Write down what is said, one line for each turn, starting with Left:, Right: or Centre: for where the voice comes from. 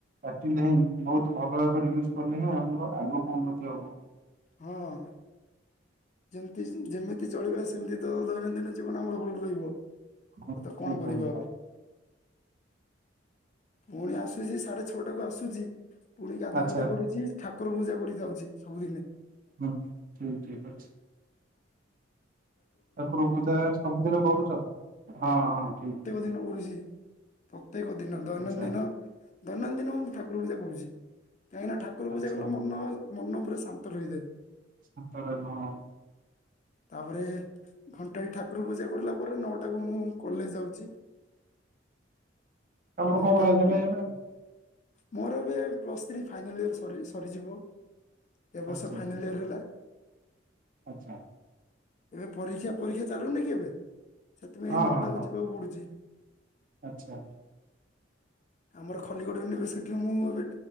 Right: କାଟିଲେ ହିଁ, ବହୁତ୍ ଭାବରେ ୟୁଜ୍ କଲେ ହିଁ, ଆମର ଆଗକୁ ଉନ୍ନତି ହବ।
Left: ହଁ! ଯେମତି। ଯେମିତି ଚଳିବେ ସେମିତି ତ ଦୈନନ୍ଦିନ ଜୀବନ ଆମର ଭଲ ରହିବ।
Right: ହଁ
Left: ତତେ
Right: ଠିକ
Left: କଣ କରିବ
Right: କହିଲେ
Left: ଆଉ। ପୁଣି ଆସୁଛି। ସାଢେ ଛଅଟାକୁ ଆସୁଛି! ପୁଣି ଗାଧୁଆ
Right: ଆଚ୍ଛା
Left: ପାଧୁଆ କରୁଛି। ଠାକୁର ପୂଜା କରିଯାଉଛି ସବୁଦିନେ!
Right: ହୁଁ, ଠିକ। ଠିକ୍ ଅଛି! ଠାକୁର ପୂଜା ସବୁଦିନ କରୁଛ। ହଁ, ହଁ, ଠିକ୍!
Left: ପ୍ରତ୍ୟେକ ଦିନ କରୁଛି। ପ୍ରତ୍ୟେକ ଦିନ, ଦୈନଦିନ,
Right: ଆଚ୍ଛା
Left: ଦୈନଦିନ ମୁଁ ଠାକୁର ପୂଜା କରୁଛି! କାହିଁକିନା ଠାକୁର ପୂଜା
Right: ଆଚ୍ଛା।
Left: କଲେ ମନ। ମନ ପୁରା ଶାନ୍ତ ରହିଯାଏ!
Right: ସାନ୍ତ ରହିବ ହଁ!
Left: ତାପରେ ଘଣ୍ଟାଏ ଠାକୁର ପୂଜା କିଲା ପରେ, ନଅଟାକୁ ମୁଁ। କଲେଜ୍ ଯାଉଛି।,
Right: ତମର
Left: ନଅଟାକୁ
Right: କୋଉ ଭଳିଆ ଥିଲେ
Left: ଗଲେ।
Right: ଏବେ
Left: ମୋର ଏବେ ପ୍ଲସ୍ ଥ୍ରୀ ଫାଇନାଲ୍ ଇୟର ସରିଯି।, ଏ ବର୍ଷ
Right: ଆଚ୍ଛା
Left: ଫାଇନାଲ୍
Right: ଠିକ
Left: ଇୟର ହେଲା!
Right: ଆଚ୍ଛା।
Left: ଏବେ ପରୀକ୍ଷା। ପରୀକ୍ଷା ଚାଲୁନି କି ଏବେ। ସେଥିପାଇଁ
Right: ହଁ
Left: ନଅଟାକୁ
Right: ହଁ ହଁ
Left: ଯିବାକୁ ପଡୁଛି!
Right: ଆଚ୍ଛା।
Left: ଆମର ଖଲିକୋଟ୍ ୟୁନିଭର୍ସିଟିରେ, ମୁଁ ଏବେ